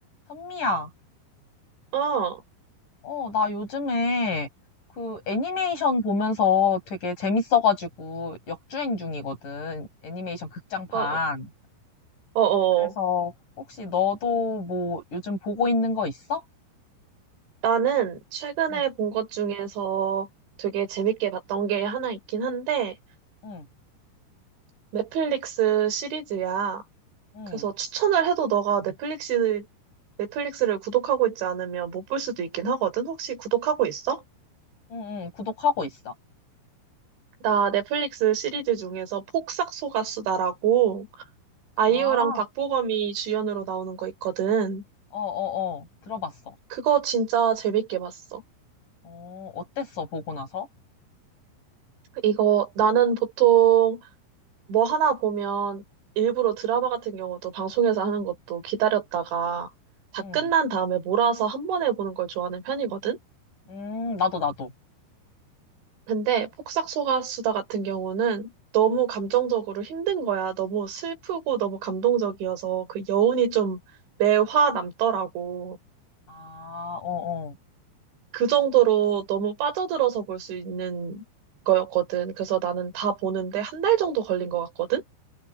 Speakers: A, on the left (about 45°); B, on the right (about 85°).
A: 선미야,
B: 어, 어,
A: 어, 나 요즘에 그 애니메이션 보면서 되게 재밌어가지고 역주행 중이거든. 애니메이션 극장판.
B: 어, 어. 어.
A: 그래서 혹시 너도 뭐 요즘 보고 있는 거 있어?
B: 나는 최근에
A: 응,
B: 본 것 중에서 되게 재밌게 봤던 게 하나 있긴 한데,
A: 응,
B: 넷플릭스 시리즈야.
A: 응,
B: 그래서 추천을 해도 너가 넷플릭스, 넷플릭스를 구독하고 있지 않으면 못 볼 수도 있긴 하거든. 혹시 구독하고 있어?
A: 응, 응, 구독하고 있어.
B: 나 넷플릭스 시리즈 중에서 폭삭소가수다라고 아이유랑
A: 아,
B: 박보검이 주연으로 나오는 거 있거든.
A: 어, 어, 어, 들어봤어.
B: 그거 진짜 재밌게 봤어.
A: 어, 어땠어, 보고 나서?
B: 이거 나는 보통 뭐 하나 보면 일부러 드라마 같은 경우도 방송에서 하는 것도 기다렸다가 다
A: 응,
B: 끝난 다음에 몰아서 한 번에 보는 걸 좋아하는 편이거든?
A: 음, 나도, 나도.
B: 근데 폭삭소가수다 같은 경우는 너무 감정적으로 힘든 거야. 너무 슬프고 너무 감동적이어서 그 여운이 좀 매화 남더라고.
A: 아, 어, 어.
B: 그 정도로 너무 빠져들어서 볼 수 있는 거였거든. 그래서 나는 다 보는데 한 달 정도 걸린 것 같거든?